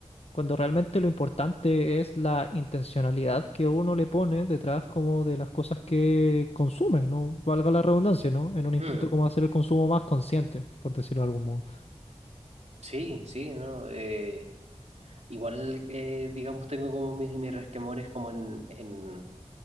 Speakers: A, on the left; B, on the right.
A: Cuando realmente lo importante es la intencionalidad que uno le pone detrás como de las cosas que consume, ¿no? Valga la redundancia, ¿no? En un intento
B: Mm,
A: como hacer el consumo más consciente, por decirlo de algún modo.
B: sí, sí, ¿no? Eh, igual, eh, digamos, tengo como mis, mis resquemores como en, en